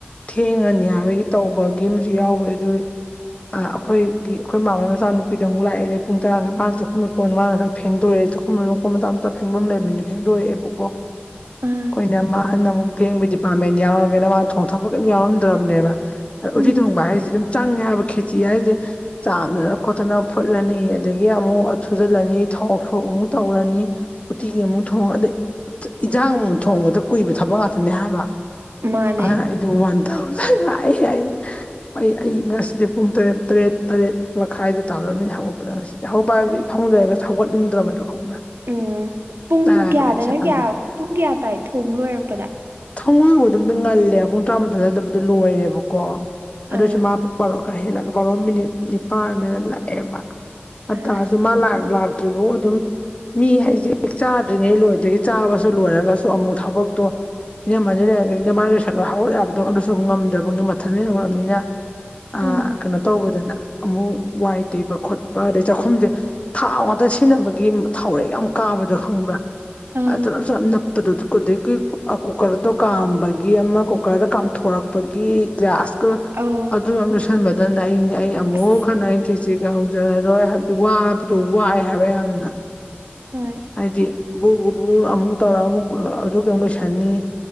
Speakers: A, on the left; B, on the right.
A: ꯊꯦꯡꯉꯅꯤ ꯍꯥꯏꯕꯒꯤ ꯇꯧꯕꯒꯤ ꯑꯃꯁꯨ ꯌꯥꯎꯕ ꯑꯗꯨꯒꯤ ꯑ ꯑꯩꯈꯣꯏꯒꯤ ꯑꯩꯈꯣꯏ ꯃꯃꯥꯩ ꯃꯆꯥ ꯅꯨꯄꯤꯗ ꯑꯃꯨꯛ ꯂꯥꯛꯑꯦꯂꯦ ꯄꯨꯡ ꯇꯔꯥꯈꯔ ꯃꯥꯅ ꯆꯥꯛꯈꯨꯝ ꯀꯣꯟꯅ ꯃꯥꯅ ꯈꯔ ꯐꯦꯡꯗꯣꯔꯛꯑꯦ ꯆꯈꯨꯝꯗ ꯃꯀꯨꯞ ꯃꯇꯥ ꯂꯩꯕꯅꯤꯅ ꯐꯦꯡꯐꯝ ꯂꯩꯕꯅꯤꯅ ꯐꯦꯡꯗꯣꯔꯛꯑꯦꯕꯀꯣ
B: ꯑꯥ
A: ꯑꯩꯈꯣꯏꯅ ꯃꯥꯍꯟꯅ ꯑꯃꯨꯛ ꯐꯦꯡꯕ ꯗꯤꯄꯥꯔꯠꯃꯦꯟ ꯌꯥꯎꯔꯒꯦꯅ ꯃꯥ ꯊꯣꯡ ꯊꯥꯛꯄ ꯀꯩꯝ ꯌꯥꯎꯔꯝꯗ꯭ꯔꯕꯅꯦꯕ
B: ꯎꯝ
A: ꯎꯇꯤ ꯊꯣꯡꯕ ꯍꯥꯏꯁꯤ ꯑꯗꯨꯝ ꯆꯪꯉꯦ ꯍꯥꯏꯕ ꯈꯦꯇꯤ ꯍꯥꯏꯁꯦ ꯆꯥꯝꯗꯅ ꯈꯣꯠꯇꯅ ꯐꯨꯠꯂꯅꯤ ꯑꯗꯒꯤ ꯑꯃꯨꯛ ꯁꯨꯖꯤꯜꯂꯅꯤ ꯊꯥꯎꯁꯣꯛ ꯑꯃꯨꯛ ꯇꯧꯔꯅꯤ ꯎꯇꯤ ꯑꯃꯨꯛ ꯊꯣꯡꯉ ꯑꯗꯩ ꯏꯟꯖꯥꯡ ꯑꯃꯨꯛ ꯊꯣꯡꯕꯗ ꯀꯨꯏꯕ ꯊꯛ ꯉꯥꯛꯇꯅꯦ ꯍꯥꯏꯕ
B: ꯃꯥꯅꯦ
A: ꯑꯗꯨꯅ ꯑꯩꯗꯣ ꯋꯥꯟ ꯊꯥꯎꯖꯟ ꯂꯥꯛꯏ ꯌꯥ ꯑꯩ ꯑꯩ ꯉꯁꯤꯗꯤ ꯄꯨꯡ ꯇꯔꯦꯠ ꯇꯔꯦꯠ ꯇꯔꯦꯠ ꯃꯈꯥꯏꯗ ꯇꯥꯗꯅꯤꯅ ꯍꯧꯒꯠꯄꯗ ꯉꯁꯤꯗꯤ ꯑꯒꯧꯕꯄ ꯍꯥꯏꯕꯗꯤ ꯐꯃ ꯂꯩꯔꯒ ꯍꯧꯒꯠꯅꯤꯡꯗ꯭ꯔꯕꯗꯣ ꯈꯪꯕ꯭ꯔꯥ
B: ꯎꯝ ꯄꯨꯡ
A: ꯇꯥꯏꯕ
B: ꯀꯌꯥꯗꯅ
A: ꯑꯩ ꯏꯁꯥꯗꯣ
B: ꯀꯌꯥ ꯄꯨꯡ ꯀꯌꯥ ꯇꯥꯏ ꯊꯣꯡ ꯂꯣꯏꯔꯛꯄꯗ
A: ꯊꯃꯣꯏꯕꯨ ꯑꯗꯨꯝꯅ ꯉꯜꯂꯦꯕ ꯄꯨꯡ ꯇꯔꯥꯃꯥꯊꯣꯏ ꯑꯗꯨꯋꯥꯏꯗꯗꯤ ꯂꯣꯏꯔꯦꯕꯀꯣ ꯑꯗꯨꯑꯣꯏꯁꯨ
B: ꯑꯥ
A: ꯃꯥ ꯍꯦꯜꯂꯒ ꯕꯔꯣ ꯃꯤꯅꯤꯠ ꯅꯤꯄꯥꯟꯗꯅ ꯂꯥꯛꯑꯦꯕ ꯑꯗꯨ
B: ꯑꯥ
A: ꯇꯁꯨ ꯃꯥ ꯂꯛ ꯇ꯭ꯔꯤꯐꯥꯎ ꯑꯗꯨꯝ ꯃꯤ ꯍꯥꯏꯁꯦ ꯍ ꯆꯥꯗ꯭ꯔꯤꯉꯩ ꯂꯣꯏ ꯆꯥꯕꯁꯨ ꯂꯣꯏꯔꯒ ꯑꯃꯨꯛ ꯊꯕꯛꯇꯣ ꯏꯅꯝꯃ ꯂꯩ ꯃꯥ ꯂꯣꯏꯁꯜꯂꯣ ꯍꯧꯒꯠꯌꯥꯕꯗꯣ ꯑꯗꯨꯁꯨ ꯉꯝꯗꯕꯒꯤ ꯃꯊꯜ ꯌꯧꯔꯅꯤꯅ ꯑ
B: ꯎꯝ
A: ꯀꯩꯅꯣ ꯇꯧꯕꯗꯨꯅ ꯑꯃꯨꯛ ꯋꯥꯏ ꯇꯩꯕ ꯈꯣꯠꯄ ꯑꯗꯩ ꯆꯥꯛꯈꯨꯝꯁꯦ ꯊꯥꯎ ꯉꯥꯛꯇ ꯁꯤꯖꯤꯟꯅꯕꯒꯤ ꯊꯥꯎꯔꯛ ꯌꯥꯝ ꯀꯥꯕꯗꯣ ꯈꯪꯕ꯭ꯔꯥꯝ
B: ꯑꯥ
A: ꯑꯗꯨꯁꯨ ꯌꯥꯝ ꯅꯄ ꯑꯗꯨꯛꯀꯤ ꯀꯨꯀꯔꯗꯣ ꯀꯥꯝꯕꯒꯤ ꯑꯃ ꯀꯨꯀꯔꯗ ꯀꯥꯝꯊꯣꯔꯛꯄꯒꯤ ꯒ꯭꯭ꯂꯥꯁ
B: ꯑꯧ
A: ꯑꯗꯨ ꯑꯗꯨ ꯈꯟꯕꯗꯅ ꯑꯩꯅꯦ ꯑꯩ ꯑꯃꯨꯛ
B: ꯑꯁ
A: ꯈꯟꯅꯩ ꯀꯦꯆꯦꯒ ꯍꯧꯖꯔꯔꯣꯏ ꯍꯥꯏꯕꯗꯤ ꯋꯥꯕꯗꯣ ꯋꯥꯏ ꯍꯥꯏꯕ ꯎꯝ
B: ꯍꯣꯏ
A: ꯍꯥꯏꯗꯤ ꯕꯨ ꯕꯨ ꯑꯃꯨꯛ ꯇꯧꯔ ꯑꯃꯨꯛ ꯑꯗꯨ ꯑꯗꯨꯒ ꯂꯣꯏꯁꯟꯅꯤ